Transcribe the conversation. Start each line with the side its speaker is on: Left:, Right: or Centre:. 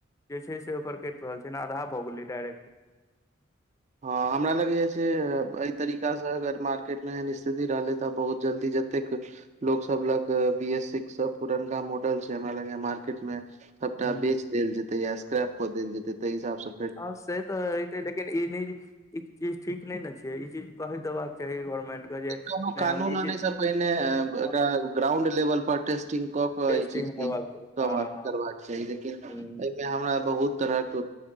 Left: जे छै से ओकर कटि रहल छै ने आधा भऽ गेलै डायरेक्ट <inaudible>
Right: हँ हमरा लगैये से एहि तरीका अगर मार्केट मे एहन स्थिति रहलै तऽ बहुत जल्दी जतेक लोग सब लग बी एस सिक्स सब पुरनका मॉडल छै हमरा लगैये मार्केट मे
Left: ह
Right: सबटा बेच देल जेतै या स्क्रैप कऽ देल जेते ताहि हिसाबसँ
Left: हँ से तऽ हते लेकिन ई नै ई चीज ठीक ने ने छै ई चीज कहि देबाक के चाही गवर्नमेंट के जे
Right: कोनो
Left: नहि
Right: कानून
Left: हम ई
Right: आनसँ
Left: चीज
Right: पहिने
Left: हँ
Right: एकरा ग्राउंड लेवलपर टेस्टिंग कऽ कऽ
Left: टेस्टिंग
Right: ई चीजके
Left: हेबाक चाही
Right: तकर
Left: हँ
Right: बाद करबाक चाही लेकिन
Left: हँ
Right: एहिमे हमरा बहुत तरहक